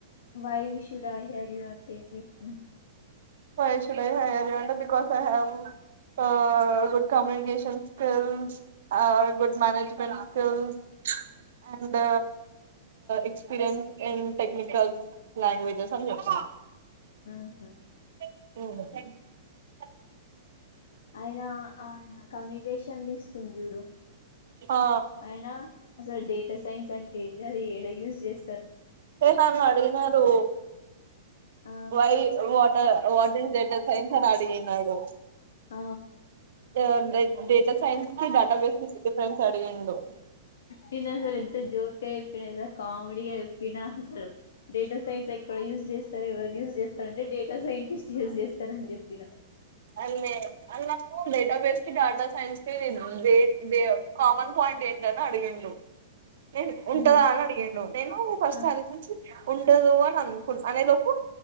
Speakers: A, on the left; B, on the right.
A: why we should hire you అంటే ఎం పెట్టినావ్
B: why we should hire you అంతే because I have a good communication skills a good management skills and experience in technical languages అని చెప్త
A: మ్ హు
B: మ్
A: ఆయన ఆయన కమ్యూనికేషన్ తీసుకుంది చూడు
B: ఆ
A: అయినా అసలు డేటా సైన్స్ అంటే ఏంటి అది ఎడ యూజ్ చేస్
B: తే నన్ను అడిగినారు
A: ఆ
B: why what what is data science అని అడిగినడు
A: ఆ
B: అ డ్ డేటా సైన్స్ కి డటా బేసెస్ డిఫ్రెండ్స్ అడిగిండు
A: నేనసలు ఎంత జోక్ గా చెప్పిన తెలుస కామెడీగా చెప్ వినహా డేటా సైన్స్ ఎక్కడ యూజ్ చేస్తారు ఎవరు యూజ్ చేస్తారంటే డేటా సైంటిస్ట్ యూజ్ చేస్తా రని చెప్పిన
B: అన్లే అన్నకు డేటాబేస్ డేటా స్ సైన్స్ కే పోయినవ డేట్ ద కామన్ పాయింట్ ఏంటని అడిగాను నేను ఉంటదా
A: ఉమ్
B: అని అడిగాడు నేను ఫస్ట్
A: ఆ
B: అది నుంచి ఉండదు అని అనుకుంట అనే లోపు